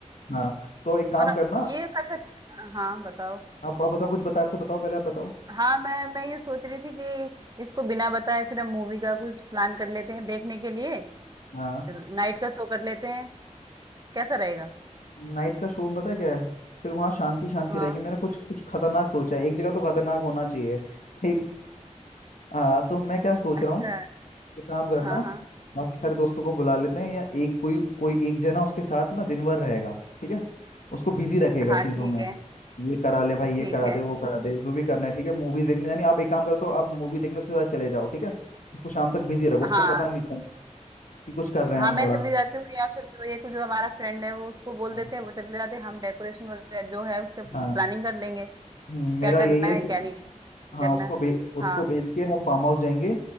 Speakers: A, on the left; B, on the right.
A: हाँ तो एक काम
B: और
A: करना
B: ये कर सकते हाँ बताओ
A: आप आप बताओ कुछ बता रहे थे बताओ पहले आप बताओ
B: हाँ मैं मैं ये सोच रही थी कि इसको बिना बताए फिर हम मूवी का कुछ प्लान कर लेते हैं देखने के लिए
A: हाँ
B: फिर नाइट का शो कर लेते हैं कैसा रहेगा
A: नाइट का शो में पता है क्या है फिर वहाँ शांति शांति
B: हाँ
A: रहेगी मेरा कुछ कुछ खतरनाक सोचा है एक जगह तो खतरनाक होना चाहिए ठीक हाँ तो मैं क्या सोच
B: अच्छा
A: रहा हूँ एक काम करना
B: हाँ हाँ
A: बाकी सारे दोस्तों को बुला लेते हैं या एक कोई कोई एक जना उसके साथ ना दिन भर रहेगा ठीक है उसको बिजी रखेगा
B: हाँ
A: चीज़ों
B: ठीक
A: में
B: है
A: ये करा ले भाई ये
B: ठीक
A: करा
B: है
A: दे वो करा दे जो भी करना है ठीक है मूवीज देखने जानी आप एक काम करते हो आप मूवी देखने उसके साथ चले जाओ ठीक है उसको शाम तक बिजी रखो उसको
B: हाँ
A: पता नहीं चले कि कुछ कर रहे
B: हाँ
A: हैं हम
B: मैं
A: बड़ा
B: चली जाती हूँ या फिर जो ये जो हमारा फ्रेंड है वो उसको बोल
A: हाँ
B: देते हैं वो चले जाते हैं हम डेकोरेशन वगैरह जो है उसके
A: हाँ
B: प्लानिंग कर लेंगे क्या
A: हम्म, मेरा
B: करना
A: यही है
B: है क्या
A: कि
B: नहीं
A: हाँ
B: करना
A: उसको
B: है
A: बे, उसको
B: हाँ
A: बेच के हम फार्म हाउस जाएंगे